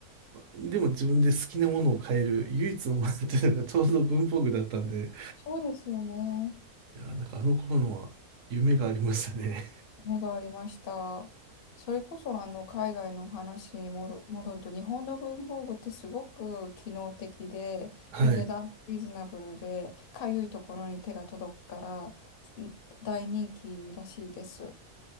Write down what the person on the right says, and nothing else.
でも自分で好きなものを変える唯一のものっていうのがちょうど文房具だったんで、
いやー、なんかあの頃のは夢がありましたね。
<laughs> はい。